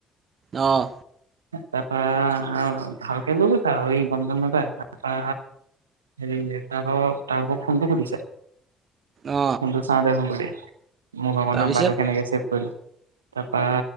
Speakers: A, on the right (about 45°); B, on the right (about 80°).
A: অঁ!
B: তাৰপা অঁ ভালকে লৈ গৈছে আও এই গম-চম নাপায়, তাৰপা হেৰি তাৰপা তাৰ ভাগৰ ফোনটো সুধিছে
A: অ
B: ফোনটো চাওঁ দে ক বুলি মোৰ ভাগৰ
A: তাৰপিছত
B: নাম্বাৰটো কেনেকে ছেভ কৰিলি? তাৰপা